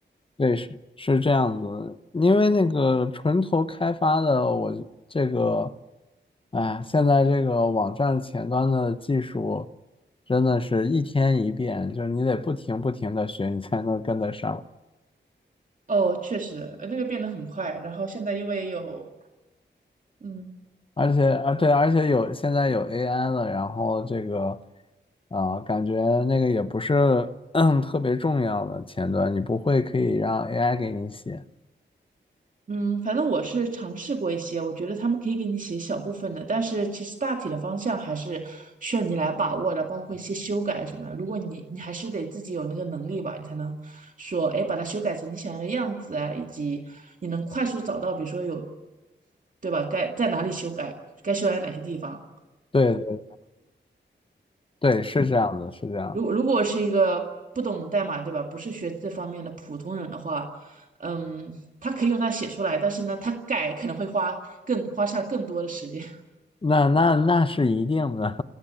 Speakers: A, on the left; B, on the right.
A: 对，是是这样子的因为那个纯头开发的，我这个，哎，现在这个网站前端的技术真的是一天一变，就是你得不停不停的学，你才能跟得上。
B: 哦，确实，呃那个变得很快。然后现在因为有，嗯，
A: 而且啊，对，而且有现在有 AI 了，然后这个啊、感觉那个也不是 <clears throat>，嗯特别重要的前端，你不会可以让 AI 给你写。
B: 嗯，反正我是尝试过一些，我觉得他们可以给你写小部分的，但是其实大体的方向还是需要你来把握的，包括一些修改什么的如果你你还是得自己有那个能力吧，你才能说，哎，把它修改成你想要的样子啊，以及你能快速找到，比如说有，对吧？该在哪里修改，该修改哪些地方。
A: 对对，是这样子，是这样，
B: 如果如果是一个不懂代码，对吧？不是学这方面的普通人的话，嗯，他可以用它写出来，但是呢，他改可能会花更花上更多的时间。
A: 那那那是一定的。